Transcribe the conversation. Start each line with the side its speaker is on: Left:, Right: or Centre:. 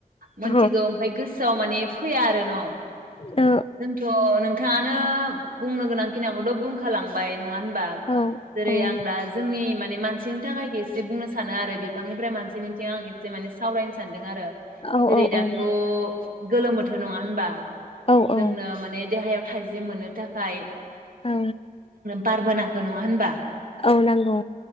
Right: मोनथिगौ
Left: औ
Right: ओमफ्राय गोसोआव माने फैया आरो न।
Left: औ
Right: जोंथ' नोंथाङा नो बुंनो गोनां खिनिखौथ' बुंखालांबाय नङा होनबा
Left: औ
Right: जेरै
Left: औ
Right: आं दा जोंनि माने मानसि थाखाय एसे बुंनो सानो आरो बिंफांनिफ्राय मानसि निथिं आं एसे माने सो सावरायनो सानदों आरो
Left: औ
Right: जेरै
Left: औ
Right: दाथ'
Left: औ
Right: गोलोम बोथोर नङा होनबा।
Left: औ औ
Right: जोंनो माने देहायाव थाजिम मोननो थाखाय
Left: औ
Right: बारबोनांगौ नङा होनबा
Left: औ नांगौ।